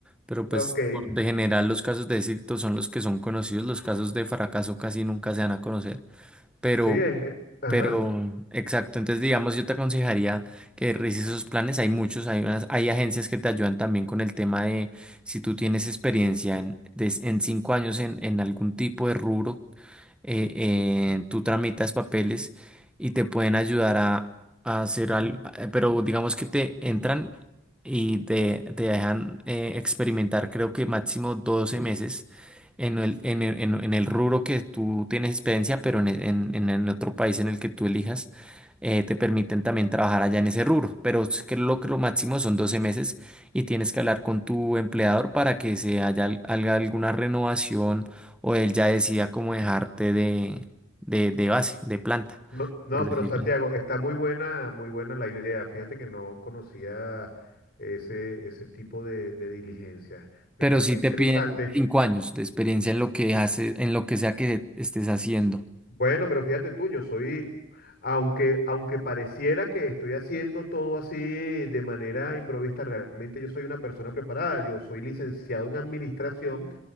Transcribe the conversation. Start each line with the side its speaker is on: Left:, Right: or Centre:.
Centre: pero pues
Left: Ok,
Centre: por de general los casos de éxito son los que son conocidos, los casos de fracaso casi nunca se van a conocer. Pero,
Left: sí, eh, eh, ajá.
Centre: pero, exacto. Entonces, digamos, yo te aconsejaría que revises esos planes. Hay muchos, hay unas, hay agencias que te ayudan también con el tema de si tú tienes experiencia en, des- en cinco años en, en algún tipo de rubro eh, eh, tú tramitas papeles y te pueden ayudar a, a hacer algo, pero digamos que te entran y te, te dejan eh, experimentar creo que máximo 12 meses en el, en el, en- en el rubro que tú tienes experiencia, pero en, en, en- en otro país en el que tú elijas. eh, te permiten también trabajar allá en ese rubro, pero es que lo, que lo máximo son doce meses y tienes que hablar con tu empleador para que se haya, al- haga alguna renovación o él ya decida cómo dejarte de, de, de base, de planta,
Left: No, no,
Centre: por
Left: pero
Centre: decirlo.
Left: Santiago, está muy buena, muy buena la idea. Fíjate que no conocía ese, ese tipo de, de diligencia. Me
Centre: Pero
Left: parece
Centre: sí
Left: interesante.
Centre: te piden cinco años de experiencia en lo que haces, en lo que sea que estés haciendo.
Left: Bueno, pero fíjate tú, yo soy, aunque, aunque pareciera que estoy haciendo todo así de manera improvista, realmente yo soy una persona preparada. Yo soy licenciado en administración